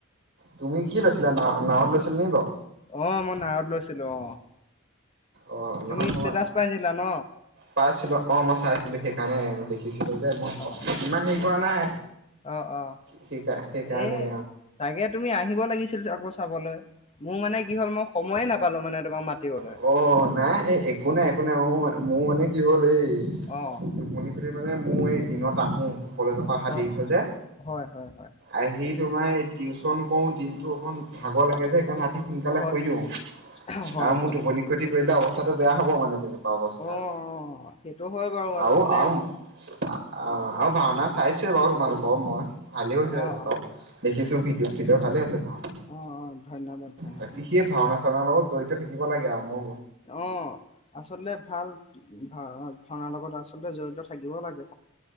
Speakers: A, on the right; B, on the left.
A: তুমি কি লৈছিলা না নাৱত গৈছিলে নি বা
B: অ', মই নাৱত লৈছিলো অ',
A: অ নহয়
B: তুমি
A: মই
B: ষ্টেটাচ পাইছিলা ন
A: পাইছিলো অ মই চাইছিলো সেইকাৰণে দেখিছো যে মই
B: অ',
A: ইমান হেৰি কৰা নাই
B: অ', অ',
A: স সেইকাৰণে
B: এই তাকে তুমি আহিব লাগিছিল আকৌ চাবলৈ মোৰ মানে কি হ'ল মই সময়ে নাপালো মানে তোমাক মাতিবলৈ
A: অ অ নাই এই একো নাই একো নাই ম মোৰ মানে কি হ'ল এই
B: অ',
A: টোপনি খতি মোৰ মানে- মই দিনত আহো কলেজৰ পৰা অহা
B: অ',
A: দেৰি যে
B: হয়, হয়, হয়,
A: আহি তোমাৰ টিউচন কৰো দিনতো অক ভাগৰ লাগে যে সেইকাৰণে ৰাতি সোনকালে
B: হয়,
A: শুই দিও
B: হয়, হয়,
A: আৰু মোৰ
B: হয়।
A: টোপনি খটি কৰিলে অৱস্থাটো বেয়া হব মানে তেনেকুৱা অৱস্থাত
B: অ', অ', সেইটো হয় বাৰু আচলতে
A: আৰু আৰু- অ, আৰু ভাওনা চাইছোৱয়ে বাৰু তোমালোকৰ মই ভালে হৈছে
B: অ',
A: বাৰু
B: অ'।
A: দেখিছো ভিডিঅ' চিডিও ভালে হৈছে ভাওনা
B: অঁ অঁ ধন্যবাদ ধন্যবাদ
A: বাকি সেই ভাওনা চাওনা লগত জড়িত থাকিব লাগে আৰু মোৰ
B: অ! আচল ভাল ভ ভাওনা লগত। আচলতে জড়িত থাকিবও লাগে।